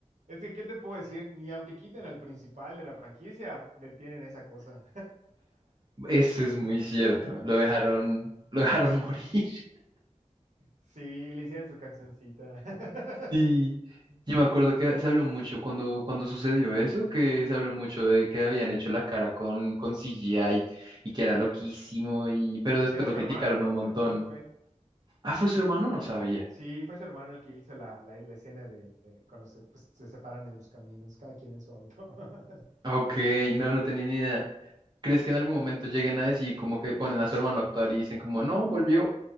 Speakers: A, on the right; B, on the right.
A: Es que, ¿qué te puedo decir? Ni aunque quiten al principal de la franquicia, detienen esa cosa.
B: Eso es
A: <laughs>
B: muy cierto, lo dejaron, lo dejaron <laughs> morir.
A: Sí, le hicieron su cancioncita. <laughs>
B: Sí, yo me acuerdo que se habló mucho cuando, cuando sucedió eso, que se habló mucho de que habían hecho la cara con, con CGI y que era loquísimo, y, pero después
A: Que era
B: lo
A: su
B: criticaron
A: hermano, ¿no?
B: un montón.
A: Su hermano fue.
B: Ah, ¿fue su hermano? No sabía.
A: Sí, fue su hermano el que hizo la, la, la escena de, de cuando se, pues, se separan en los caminos, cada quien en su auto. <laughs>
B: Ok, no, no tenía ni idea. ¿Crees que en algún momento lleguen a decir como que ponen a su hermano a actuar y dicen como no, volvió